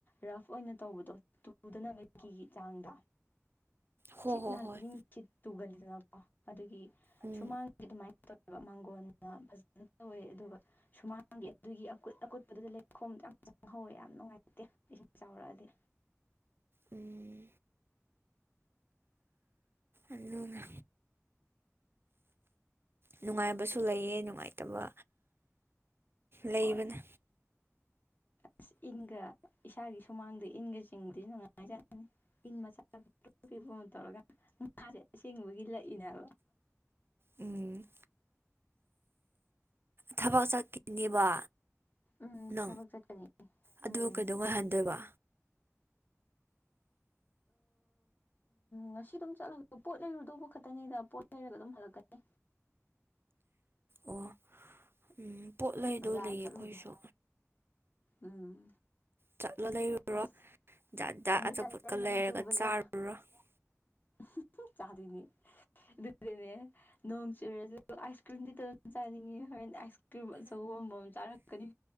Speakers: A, on the left; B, on the right.
A: ꯔꯐ ꯑꯣꯏꯅ ꯇꯧꯕꯗꯣ ꯇꯨꯗꯅꯕꯒꯤ ꯆꯥꯡꯗ
B: ꯍꯣ
A: ꯁꯤꯠ
B: ꯍꯣ
A: ꯅꯥꯜꯂꯗꯤ
B: ꯍꯣꯏ
A: ꯃꯤ ꯁꯤꯠ ꯇꯨꯒꯜꯂꯤꯗꯅꯀꯣ ꯑꯗꯨꯒꯤ
B: ꯎꯝ
A: ꯁꯨꯃꯥꯡ ꯑꯗꯨꯃꯥꯏꯅ ꯇꯧꯋꯦꯕ ꯃꯥꯡꯒꯣꯟꯜꯅ ꯐꯖꯅ ꯇꯧꯋꯦ ꯑꯗꯨꯒ ꯁꯨꯃꯥꯡꯒꯤ ꯑꯗꯨꯒꯤ ꯑꯀꯨꯠ ꯑꯀꯨꯠꯄꯗꯨꯗ ꯂꯩꯈꯣꯝꯗ ꯌꯥꯝ ꯆꯪꯍꯧꯋꯦ ꯌꯥꯝ ꯅꯨꯡꯉꯥꯏꯇꯦ ꯏꯁꯤꯡ ꯆꯥꯎꯔꯛꯑꯗꯤ
B: ꯎꯝ ꯑꯗꯨꯅꯦ ꯅꯨꯡꯉꯥꯏꯕꯁꯨ ꯂꯩꯌꯦ ꯅꯨꯡꯉꯥꯏꯇꯕ ꯂꯩꯕꯅꯦ
A: ꯍꯣꯏ ꯑꯁ ꯏꯟꯒ ꯏꯁꯥꯒꯤ ꯁꯨꯃꯥꯡꯗ ꯏꯟꯒ ꯆꯤꯡꯕꯗꯤ ꯅꯨꯡꯉꯥꯏꯖꯅꯅꯤ ꯏꯤꯟ ꯃꯆꯥ ꯄꯤ ꯇꯧꯔꯒ ꯉꯥꯁꯦ ꯑꯁꯦꯡꯕꯒꯤ ꯂꯛꯏꯅꯦꯕ
B: ꯎꯝ ꯊꯕꯛ ꯆꯠꯈꯤꯅꯦꯕ
A: ꯎꯝ
B: ꯅꯪ
A: ꯊꯕꯛ ꯆꯠꯀꯅꯤ
B: ꯑꯗꯨ
A: ꯎꯝ
B: ꯀꯩꯗꯧ ꯉꯥꯏꯍꯟꯗꯣꯏꯕ
A: ꯉꯁꯤ ꯑꯗꯨꯝ ꯆꯠꯂꯒ ꯄꯣꯠ ꯂꯩꯔꯨꯗꯧꯕ ꯈꯛꯇꯅꯤꯗ ꯄꯣꯠ ꯂꯩꯔꯒ ꯑꯗꯨꯝ ꯍꯜꯂꯛꯀꯅꯤ
B: ꯑꯣ ꯎꯝ ꯄꯣꯠꯂꯗꯣ
A: ꯕꯖꯥꯔ
B: ꯂꯩꯌꯦ
A: ꯆꯠꯂꯨꯒꯦ
B: ꯑꯩꯈꯣꯏꯁꯨ
A: ꯎꯝ
B: ꯆꯠꯂꯣ ꯂꯩꯔꯨꯔꯣ
A: ꯑꯁ
B: ꯖꯥꯠ ꯖꯥꯠ
A: ꯇꯟꯗꯤ
B: ꯑꯆꯥꯄꯣꯠꯀ
A: ꯇꯟꯂꯦ ꯅꯣꯡ
B: ꯂꯩꯔꯒ
A: ꯆꯨꯕꯁꯦ
B: <unintelligible>
A: <unintelligible> ꯆꯥꯗꯣꯏꯅꯤ ꯑꯗꯨꯗꯨꯅꯦ ꯅꯣꯡ ꯆꯨꯔꯁꯨ ꯑꯥꯏꯁ ꯀ꯭ꯔꯤꯝꯗꯤ ꯑꯗꯨ ꯑꯗꯨꯝ ꯆꯥꯅꯤꯡꯉꯤ ꯍꯣꯔꯦꯟ ꯑꯥꯏꯁ ꯀ꯭ꯔꯤꯝ ꯑꯆꯧꯕ ꯑꯃ ꯃꯝ ꯆꯥꯔꯛꯀꯅꯤ